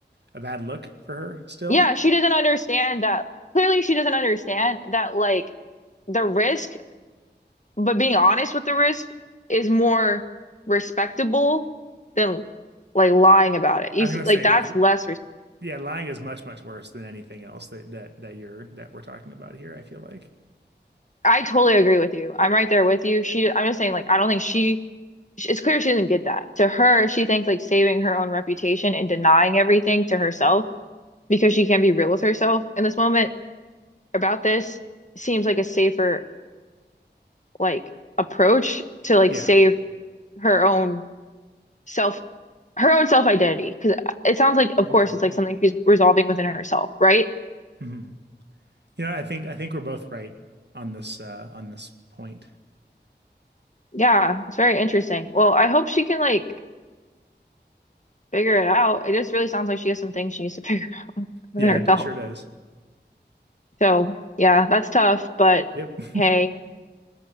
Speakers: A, on the right; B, on the left.
A: a bad look for her still?
B: Yeah, she doesn't understand that. Clearly, she doesn't understand that like the risk, but being honest with the risk is more respectable than like lying about it. You
A: I was
B: see,
A: gonna
B: like
A: say
B: that's
A: like
B: less respect.
A: yeah, lying is much, much worse than anything else that that that you're that we're talking about here, I feel like.
B: I totally agree with you. I'm right there with you. She, I'm just saying, like, I don't think she, it's clear she doesn't get that. To her, she thinks like saving her own reputation and denying everything to herself because she can't be real with herself in this moment about this seems like a safer, like, approach to like
A: Yeah.
B: save her own self her own self-identity because it sounds like of
A: Okay.
B: course it's like something she's resolving within herself right
A: hmm You know, I think I think we're both right on this uh on this point.
B: yeah it's very interesting well I hope she can like figure it out it just really sounds like she has some things she needs to <laughs> figure out within
A: Yeah,
B: herself
A: it sure does.
B: so yeah that's tough but
A: Yep. <laughs>
B: hey